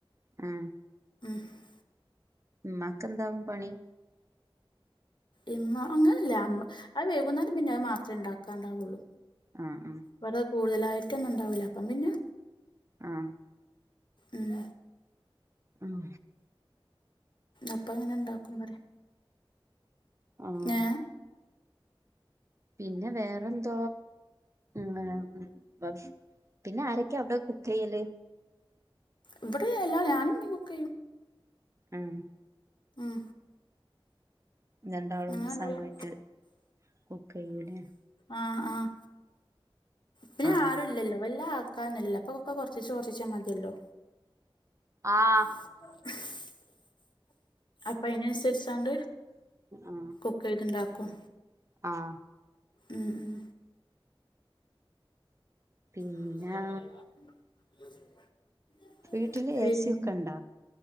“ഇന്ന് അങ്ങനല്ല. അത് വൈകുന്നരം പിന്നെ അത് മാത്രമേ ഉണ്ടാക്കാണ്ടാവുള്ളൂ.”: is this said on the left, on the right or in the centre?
Left